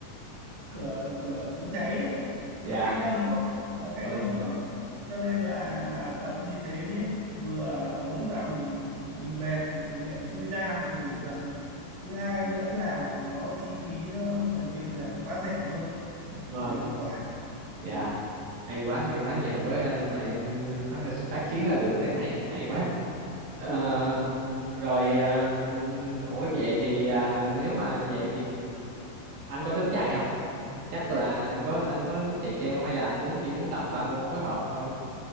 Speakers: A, on the right; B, on the right.
A: cửa cửa chống cháy ấy
B: dạ
A: nó cách âm tốt nó cách
B: vâng
A: âm tốt lắm cho nên là mà tập như thế nhé vừa lúc nào mình mình mệt thì mình lại chui ra mình nghỉ được thứ hai nữa là nó chi phí nó gần như là quá rẻ luôn
B: vâng
A: mà hiệu quả ừ.
B: dạ hay quá hay quá nhờ có anh mà em ờ, phát phát kiến ra được cái này hay quá Ờ, rồi à, ủa vậy thì à, nếu mà vậy thì anh có tính chạy không chắc là anh có anh có tính chạy treo không, hay là anh muốn chỉ muốn tập ba môn phối hợp thôi